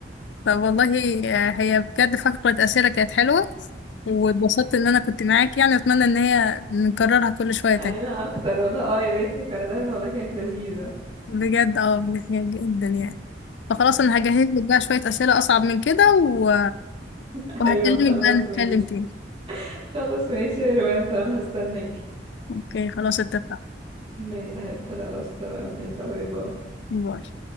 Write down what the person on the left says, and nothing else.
طب والله آه، هي بجد فقرة أسئلة كانت حلوة واتبسطت ان انا كنت معاك يعني اتمنى ان هي نكررها كل شوية تاني
بجد اه يعني جدا يعني فخلاص انا هجهز لك بقى شوية أسئلة اصعب من كده و...
وهكلمك
بقى نتكلم
تاني
اوكي خلاص اتفقنا
باي